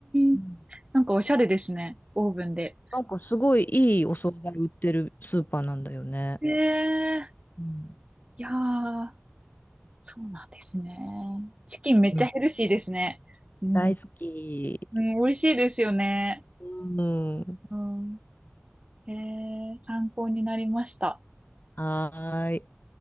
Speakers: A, on the left (about 40°); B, on the right (about 25°).
A: うん
B: ん。なんかおしゃれですね。オーブンで。
A: なんかすごいいいお惣菜売ってるスーパーなんだよね。
B: ええ
A: うん。
B: いやー、そうなんですね。チキンめっちゃヘルシーですね。
A: うん
B: うん。
A: 大好き。
B: うん、美味しいですよね。
A: うん。
B: うん。ええ参考になりました。
A: はーい。